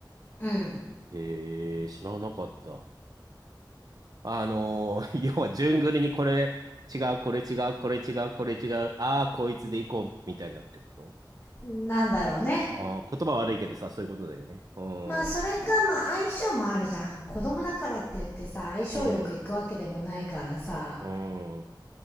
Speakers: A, on the left; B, on the right.
A: うん
B: へえ、知らなかった。あのー <laughs> 要は順繰りにこれ違う、これ違う、これ違う、これ違う、ああ、こいつでいこう、みたいなってこと
A: なんだろうね。
B: あー、言葉悪いけどさ、そういうことだよね。うん、
A: まあそれがまあ相性もあるじゃん。
B: う
A: 子供だからって言ってさ、相性よくいくわけでもないからさ、
B: ん、うん。